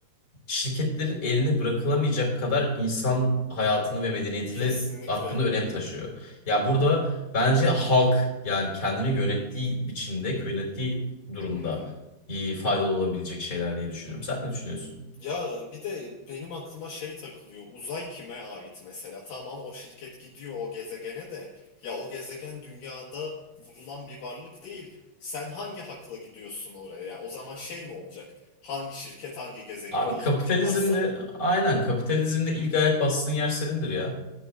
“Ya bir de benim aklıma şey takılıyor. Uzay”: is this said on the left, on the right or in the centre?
Left